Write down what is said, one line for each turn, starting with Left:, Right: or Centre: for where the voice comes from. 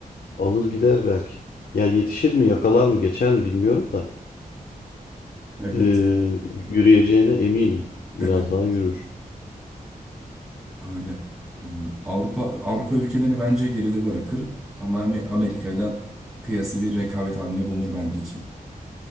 Left: alır gider belki. Yani yetişir mi, yakalar mı, geçer mi bilmiyorum da
Centre: Evet,
Left: ee, yürüyeceğine eminim. Biraz
Centre: evet, evet.
Left: daha yürür.
Centre: Öyle. Em, Avrupa Avrupa ülkelerini bence geride bırakır ama Am- Amerika ile kıyası bir rekabet halinde bulunur bence Çin.